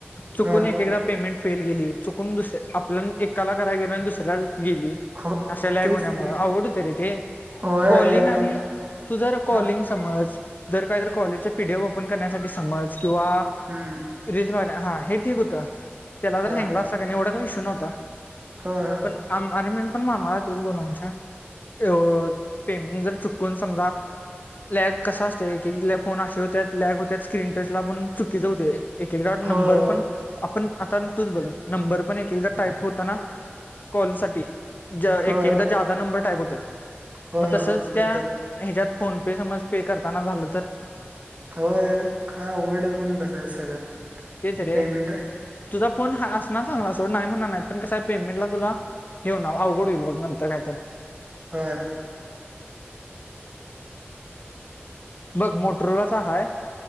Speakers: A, on the left; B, on the right.
A: चुकून
B: ह,
A: एक एकदा पेमेंट फेल गेली चुकून दुस आपल्या न एकाला काराय गेलो अन दुसऱ्याल गेली.
B: हो
A: असं लॅग
B: तेच
A: होण्यामुळं
B: की
A: अवघड होत रे ते.
B: होय
A: कॉलिंग आणि
B: त्यां-
A: तू जर कॉलिंग
B: हा,
A: समज जर काईतर कॉलेजच्या पी डी एफ ओपन करण्यासाठी समज किंवा
B: हम्म,
A: रिजवान हा हे ठीक होतं त्याला जर
B: हा,
A: हँगला असता का न एवढा का इशू नव्हता.
B: हो हो.
A: पण आम अरे मीन पण मामाला तेच बोललो आमच्या अ पेमेंट जर चुक् कोण समजा. लॅग कसा असते एक एकल्या फोन असे होत्यात लॅग होत्यात स्क्रीन टचला पण चुकीच होतय. एक एकदा नंबर
B: हो
A: पण
B: हो
A: आपण आता न तूच बघ नंबर पण एक एकदा टाईप होताना कॉल साठी एक
B: हो हो होय
A: एकदा जादा नंबर टाईप होत्यात
B: होय
A: म तसच
B: होत्यात.
A: ह्याच्यात फोन पे समज पे करताना झालं तर
B: होय का अवघडच होऊन बसायचं सगळं
A: तेच रे
B: पेमेंट-
A: तुझा फोन हा अस ना चांगला असो न्हाई म्हणाणा नाय पण कसय पेमेंटला तुला- हे हुना आवघड हुईल बघ नंतर कायत.
B: होय
A: बघ. मोटरोलाचा हाय.